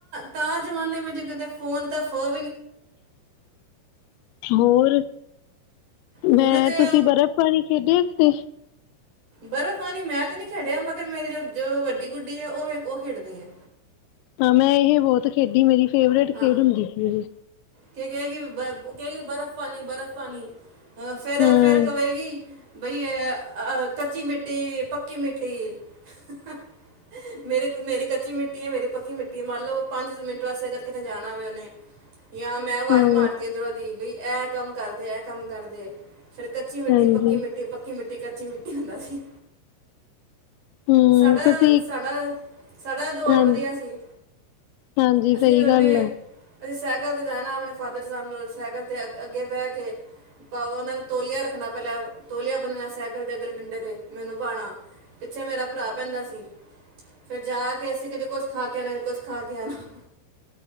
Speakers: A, on the right; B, on the left.
A: ਤਾ ਜ਼ਮਾਨੇ ਵਿੱਚ ਕਦੇ ਫੋਨ ਤਾਂ ਫੋ
B: ਹੋਰ
A: ਹੁਣ
B: ਮੈਂ
A: ਤੇ
B: ਤੁਸੀਂ ਬਰਫ਼ ਪਾਣੀ ਖੇਡਿਆ, ਉਥੇ
A: ਬਰਫ਼ ਪਾਣੀ ਮੈਂ ਤੇ ਨਹੀਂ ਖੇਡਿਆ ਮਗਰ ਮੇਰੀ ਜੋ ਜੋ ਵੱਡੀ ਗੁੱਡੀ ਹੈ, ਉਹ ਵੀ ਉਹ ਖੇਡਦੀ ਹੈ।
B: ਹਾਂ ਮੈਂ ਇਹ ਬਹੁਤ ਖੇਡੀ ਮੇਰੀ ਫੇਵਰੇਟ
A: ਹਾਂ
B: ਖੇਡ ਹੁੰਦੀ ਸੀ। ਮੇਰੀ
A: ਕਿ ਕਹਿ ਗੀ ਕਹਿ ਗੀ ਬਰਫ਼ ਪਾਣੀ- ਬਰਫ਼ ਪਾਣੀ ਅਹ ਫੇਰ-ਫੇਰ
B: ਹਾਂ
A: ਕਵੇਗੀ ਬਈ ਅ ਅਹ ਕੱਚੀ ਮਿੱਟੀ-ਪੱਕੀ ਮਿੱਟੀ! ਮੇਰੇ-ਮੇਰੇ ਕੱਚੀ ਮਿੱਟੀ ਮਿੱਟੀੀਆਂ ਮੇਰੀ ਪੱਕੀ ਮਿੱਟੀ ਏ ਮਨ ਲਓ ਪੰਜ ਮਿੰਟ ਵਾਸੇ ਅਗਰ ਕਿਤੇ ਜਾਣਾ ਹੋਵੇ ਉਨ੍ਹੇ ਜਾਂ ਮੈਂ ਆਵਾਜ਼
B: ਹਾਂ
A: ਮਾਰਤੀ ਆ ਇਹਦਰੋ ਦੀ ਬਈ ਇਹ ਕੰਮ ਕਰਦੇ ਇਹ ਕੰਮ ਕਰਦੇ ਫਿਰ ਕੱਚੀ ਮਿੱਟੀ-
B: ਹਾਂਜੀ
A: ਪੱਕੀ ਮਿੱਟੀ- ਪੱਕੀ ਮਿੱਟੀ- ਕੱਚੀ ਮਿੱਟੀ ਹੁੰਦਾ ਸੀ।
B: ਹਮ
A: ਸਾਡ-
B: ਤੁਸੀਂ
A: ਸਾਡਾ -ਸਾਡਾ ਦੌਰ
B: ਹਾਂ
A: ਵਧੀਆ ਸੀ!
B: ਹਾਂਜੀ
A: ਅਸੀਂ
B: ਸਹੀ
A: ਉਹਨੇ
B: ਗੱਲ ਆ
A: ਅਸੀਂ ਸਾਈਕਲ ਤੇ ਜਾਣਾ ਆਪਣੇ ਫਾਦਰ ਸਾਹਿਬ ਨਾਲ ਸਾਈਕਲ ਤੇ ਅੱਗੇ ਬਹਿ ਕੇ ਉਹਨਾਂ ਨੇ ਤੌਲੀਆ ਰੱਖਣਾ ਪਹਿਲਾਂ ਤੌਲੀਆ ਬਣਣਾ ਸਾਈਕਲ ਦੇ ਅਗਲੇ ਡੰਡੇ ਤੇ ਮੈਨੂੰ ਬਣਾ ਪਿੱਛੇ ਮੇਰਾ ਭਰਾ ਪੈਂਦਾ ਸੀ। ਫਿਰ ਜਾ ਕੇ ਅਸੀਂ ਕਤੇ ਕੁਛ ਖਾ ਕੇ ਆਣਾ ਕੁਛ ਖਾ ਕੇ ਆਣਾ।